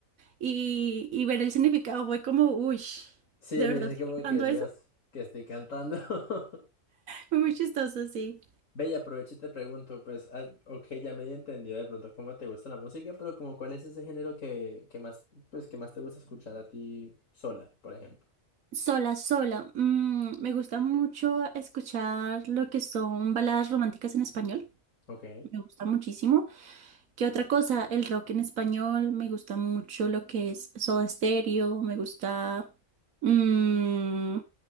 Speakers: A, on the right; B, on the left.
A: y, y ver el significado fue como, uy,
B: Sí,
A: ¿de
B: uno
A: verdad
B: dice
A: estoy
B: como
A: cantando
B: que, Dios,
A: eso? <laughs>
B: que estoy cantando. <laughs>
A: Fue muy chistoso, sí.
B: Ve y aprovecho y te pregunto, pues, ah, ok, ya medio entendido de pronto cómo te gusta la música, pero como cuál es ese género que, que más, pues, que más te gusta escuchar a ti sola, por ejemplo.
A: Sola, sola. mm, me gusta mucho escuchar lo que son baladas románticas en español.
B: Ok,
A: Me gusta muchísimo. ¿Qué otra cosa? El rock en español. Me gusta mucho lo que es Soda Stereo. Me gusta... mm,